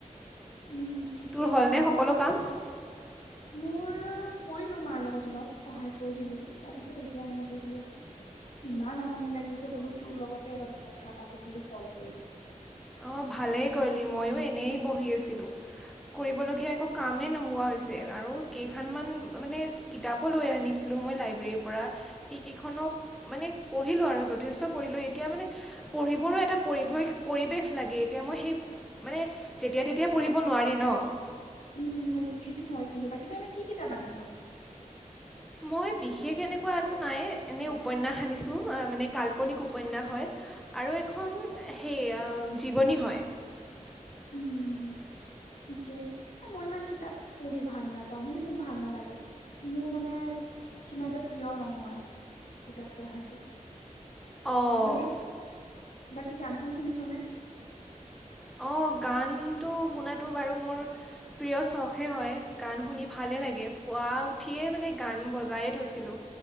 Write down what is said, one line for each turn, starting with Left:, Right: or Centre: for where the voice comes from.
Left: উম ঠিকেই
Centre: তোৰ হ'লনে
Left: দে।
Centre: সকলো <inaudible>
Left: মোৰ কৰিলো মাৰ লগত অলপ সহায় কৰি দিলো তাৰ পিছত এতিয়া এনে বহি আছোঁ। ইমান আমনি লাগিছে বোলো তোৰ লগতে অলপ কথা পাতো বুলি কল কৰিলোঁ।
Centre: অ ভালেই কৰিলি মইয়ো এনেই বহি আছিলো কৰিবলগীয়া একো কামেই নোহোৱা হৈ আৰু কেইখনমান মানে কিতাপো লৈ আনিছিলোঁ মই লাইব্ৰেৰীৰ পৰা সেইকেইখনো মানে পঢ়িলো আৰু যথেষ্ট পঢ়িলো এতিয়া মানে পঢ়িবৰো এটা পৰিৱেশ পৰিৱেশ ভাল লাগে এতিয়া মই সেই মানে যেতিয়া তেতিয়া পঢ়িব নোৱাৰি ন
Left: উম সেইটো হয় কিন্তু বাকী তই এনে কি কিতাপ আনিছ
Centre: মই বিশেষ এনেকুৱা একো নাই এনেই উপন্যাস আনিছোঁ মানে কাল্পনিক উপন্যাস হয় আৰু এখন সেই জীৱনী হয় <inaudible>
Left: উম ঠিকেই মই ইমান কিতাপ পঢ়ি ভাল নাপাও মানে মোৰ ভাল নালাগে মোৰ মানে কিবা এটা প্ৰিয় নহয় কিতাপ পঢ়াটো
Centre: অঁ
Left: বাকী বাকী গান চান শুনিছনে
Centre: অঁ গানটো শুনাটো বাৰু মোৰ প্ৰিয় চখে হয় গান শুনি ভালে লাগে পুৱা উঠিয়ে মানে গান বজায়ে থৈছিলোঁ